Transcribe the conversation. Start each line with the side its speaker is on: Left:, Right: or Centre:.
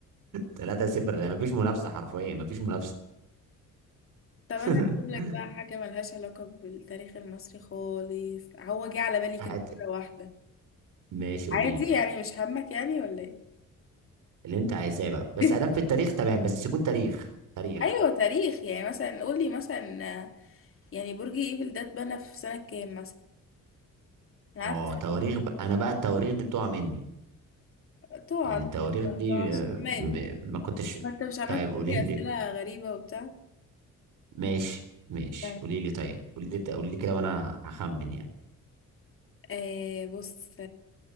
Right: ثلاثة صفر يعني مفيش منافسة حرفيا مفيش منافسة
Left: طب
Right: <laughs>
Left: انا هجيب لك بقى حاجه ملهاش علاقه بالتاريخ المصري خالص هو جه على بالي
Right: هات
Left: كده فكره واحده
Right: ماشي قولي
Left: عادي
Right: لي
Left: يعني مش همك يعني ولا ايه؟
Right: اللي انت عايزاه بقى بس
Left: <laughs>
Right: ادام في التاريخ تمام بس يكون تاريخ تاريخ
Left: ايوه تاريخ يعني مثلا قولي مثلا يعني برج ايفل ده اتبنى في سنة كام مثلا انا عارفة
Right: اه
Left: السؤال
Right: تواريخ بقى انا بقى التواريخ دي بتقع مني
Left: ده تقع
Right: يعني التواريخ
Left: منك بقى
Right: دي
Left: تقع عشان
Right: آه،
Left: أنا مالي
Right: م- ما كنتش
Left: ما انت مش عمال
Right: طيب
Left: تقول
Right: قولي
Left: لي
Right: لي
Left: اسئلة غريبة وبتاع
Right: ماشي ماشي
Left: طيب
Right: قولي لي طيب قولي لي قولي لي كده وانا هخمن يعني
Left: آه بص